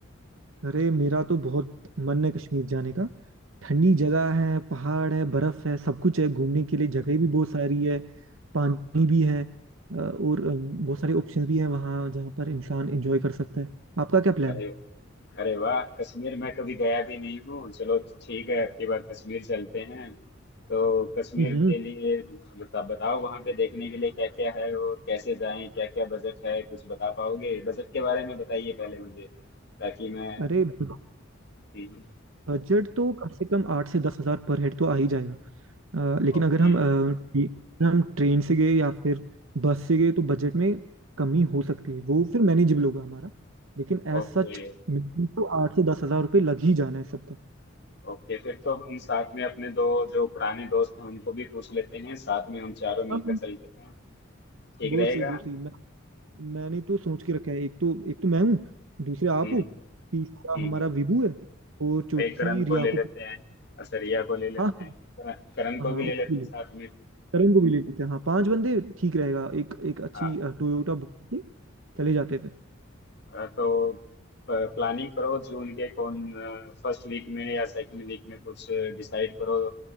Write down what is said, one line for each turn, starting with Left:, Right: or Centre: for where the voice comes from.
Right: अरे मेरा तो बहुत मन है कश्मीर जाने का ठंडी जगह है पहाड़ है बर्फ है सब कुछ है घूमने के लिए जगह भी बहुत सारी है पानी भी है अ, और अ, बहुत सारे ऑप्शंस भी हैं वहाँ जहाँ पर इंसान एंजॉय कर सकता है आपका क्या प्लान
Left: अरे
Right: है
Left: अरे वाह कश्मीर मैं कभी गया भी नहीं हूँ चलो ठीक है अगली बार कश्मीर चलते हैं तो कश्मीर
Right: हम्म
Left: के लिए बता बताओ वहाँ पे देखने के लिए क्या क्या है और कैसे जाएं क्या क्या बजट है कुछ बता पाओगे बजट के बारे में बताइए पहले मुझे ताकि मैं
Right: अरे ब-
Left: हम्म,
Right: बजट तो कम से कम आठ से दस हज़ार पर हेड तो आ ही जाएगा अ, लेकिन
Left: Okay
Right: अगर हम अ, ट्रे- हम ट्रेन से गए या फिर बस से गए तो बजट में कमी हो सकती है वो फिर मैनेजेबल होगा हमारा लेकिन एज
Left: okay
Right: सच मिनिमम तो आठ से दस हज़ार रुपये लग ही जाना है सबका
Left: ओके फिर तो हम साथ में अपने दो जो पुराने दोस्त हैं उनको भी पूछ लेते हैं साथ में हम चारों
Right: हाँ,
Left: मिलकर चलते हैं ठीक
Right: बहुत
Left: रहेगा
Right: सही बहुत सही मैं मैंने तो सोच के रखा है एक तो एक तो मैं हूँ दूसरे आप
Left: हम्म
Right: हो तीसरा
Left: हम्म
Right: हमारा विभू है और चौथी
Left: एक करण
Right: रिया
Left: को ले लेते
Right: को
Left: हैं और सरिया को ले लेते
Right: हाँ
Left: हैं करण करण को
Right: हाँ हाँ,
Left: भी ले
Right: उसके
Left: लेते
Right: लिए
Left: हैं साथ में
Right: करण को भी ले लेते हैं हाँ पांच बंदे ठीक रहेगा एक एक अच्छी
Left: हाँ
Right: टोयोटा बुक करके चले जाते हैं फिर
Left: अ, तो प्लानिंग करो जून के कौन फर्स्ट वीक में या सेकंड वीक में कुछ डिसाइड करो